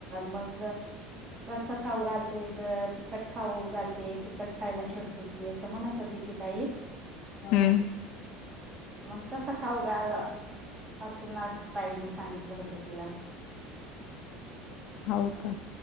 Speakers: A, on the right; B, on the left.
A: मग कसं खाऊ घालते तर तिकट खाऊ घालते तीखट खायला शोधते ती असं म्हणत होती ती ताई
B: हम्म
A: मग तसं खाऊ घाल. असं नस ताईने सांगितलं. दिलं होत तिला
B: हाव का?